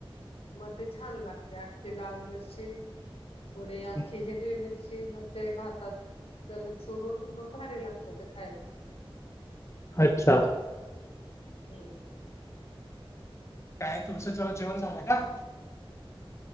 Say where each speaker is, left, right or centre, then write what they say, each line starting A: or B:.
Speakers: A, on the left; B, on the left.
A: मग ते छान लागतंय अख्खी लाल मिरची थोडी आख्खी
B: हं. हं.
A: हिरवी मिर ची मग ते भातात. घालून चुरून, मग भारी लागतं ते खायला.
B: अच्छा.
A: हूं.
B: काय तुमचं ज-जेवण झालं का?